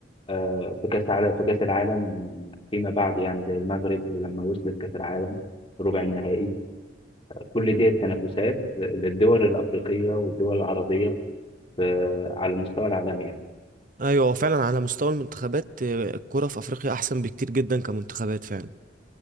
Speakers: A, on the left; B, on the right.
A: آه، في كأس عالم في كأس العالم فيما بعد يعني زي المغرب لما وصلت كأس العالم ربع النهائي كل دي التنافسات للدول الأفريقية والدول العربية آه، على المستوى العالمي يعني
B: ايوه هو فعلا على مستوى المنتخبات آه، الكره في افريقيا احسن بكتير جدا كمنتخبات فعلا